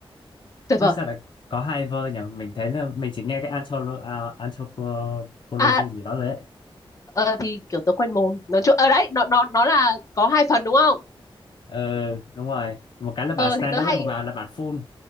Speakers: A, on the left; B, on the left.
A: tuyệt
B: ơ,
A: vời
B: sao lại có hai verse nhỉ? Mình thấy là mình chỉ nghe cái Antholo, à, Anthropology
A: à
B: gì đó đấy.
A: ờ, thì kiểu tớ quanh mồm nói chung ở đấy nó nó nó là có hai phần đúng không
B: Ờ, đúng rồi. Một cái là bản
A: ờ
B: standard,
A: thì tớ hay
B: và một bài là bản full.